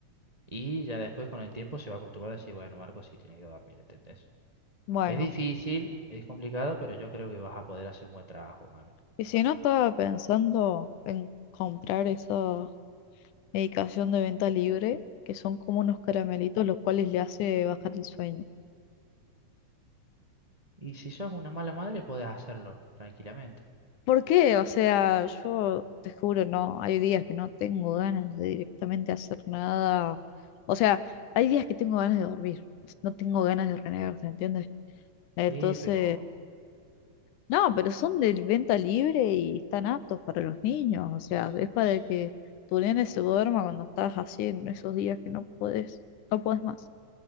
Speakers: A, on the right; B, on the left.
A: y ya después con el tiempo se va a acostumbrar a decir, bueno, Marcos sí tiene que dormir, ¿entendés?
B: Bueno,
A: Es difícil, es complicado, pero yo creo que vas a poder hacer un buen trabajo, mami.
B: y si no estaba pensando en comprar esa medicación de venta libre, que son como unos caramelitos los cuales le hace bajar el sueño.
A: Y si sos una mala madre, podés hacerlo tranquilamente.
B: ¿Por qué? O sea, yo te juro, no, hay días que no tengo ganas de directamente hacer nada. O sea, hay días que tengo ganas de dormir, no tengo ganas de renegar, ¿se entiende?
A: Sí,
B: Entonces,
A: pero,
B: no, pero son de venta libre y están aptos para los niños, o sea, es para
A: ch-
B: que tu nene se duerma cuando estás así en esos días que no podés, no podés más.